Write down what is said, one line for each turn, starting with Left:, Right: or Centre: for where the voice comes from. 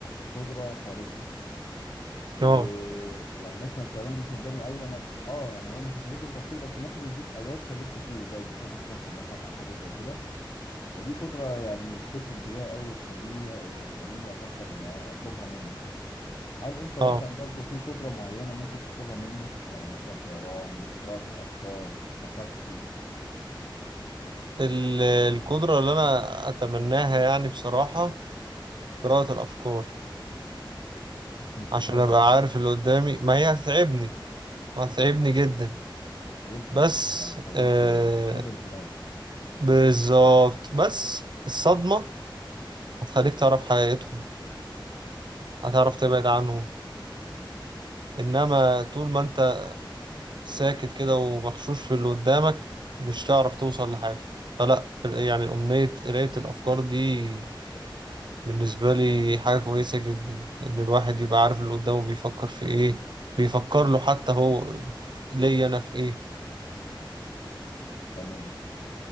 Left: قدرة خارقة ويعني
Right: اه
Left: مثلا الطيران دي شداني قوي انا اه يعني هو مش هيخليك انت تطير بس ممكن يديك اداه تخليك تطير زي البساط السحري مثلا او حاجه زي كده فدي قدره يعني تشد انتباهي قوي وتخليها وتخليني افكر ان أنا اطلبها منه يعني هل انت
Right: اه
Left: مثلا برضو في قدره معينه ممكن تطلبها منه يعني مثلا طيران قراءه الافكار التخفي
Right: ال- القدرة اللي انا اتمناها يعني بصراحة قراءة الافكار
Left: بس مش
Right: عشان
Left: متعبه
Right: ابقى عارف اللي قدامي ما هي هتتعبني هتتعبني جدا
Left: جدا
Right: بس
Left: يعني يعني تخليك
Right: آه
Left: تصدم في ناس
Right: بالظبط بس الصدمة هتخليك تعرف حقيقتهم هتعرف تبعد عنهم انما طول ما انت ساكت كده ومغشوش في اللي قدامك مش تعرف توصل لحاجة فلا يعني أمنية قراية الأفكار دي بالنسبة لي حاجة كويسة جدا إن الواحد يبقى عارف اللي قدامه بيفكر في إيه بيفكر له حتى هو في- ليا أنا في إيه
Left: تمام